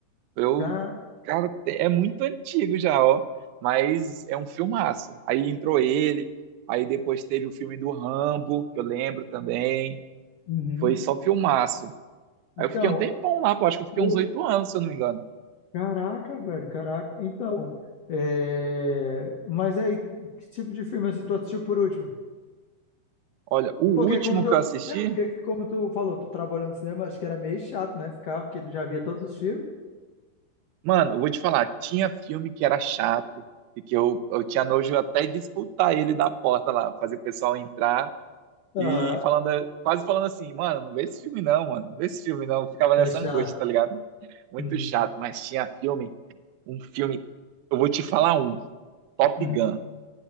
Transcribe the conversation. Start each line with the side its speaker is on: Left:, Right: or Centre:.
Right: Eu,
Left: Já.
Right: cara, é muito antigo já, ó, mas é um filmaço. Aí entrou ele, aí depois teve o filme do Rambo, que eu lembro também.
Left: Uhum.
Right: Foi só filmaço.
Left: Então,
Right: Aí eu fiquei um tempão lá, pô, acho que eu fiquei
Left: o,
Right: uns oito anos, se eu não me engano.
Left: Caraca, velho, caraca. Então, é... mas aí, que tipo de filme assim, tu assistiu por último?
Right: Olha, o
Left: Porque
Right: último
Left: como tu,
Right: que eu assisti
Left: é, porque como tu falou, tu trabalhou no cinema, acho que era meio chato, né, ficar, porque tu já via todos os filmes.
Right: Mano, eu vou te falar, tinha filme que era chato e que eu, eu tinha nojo até de escutar ele da porta lá, fazer o pessoal entrar e
Left: Ah,
Right: falando, quase falando assim, mano, não vê esse filme não, mano, não vê esse filme não. Eu ficava
Left: é
Right: nessa
Left: chato.
Right: angústia, tá ligado? Muito
Left: Uhum,
Right: chato, mas tinha filme, um filme, eu vou te falar um, Top
Left: uhum.
Right: Gun.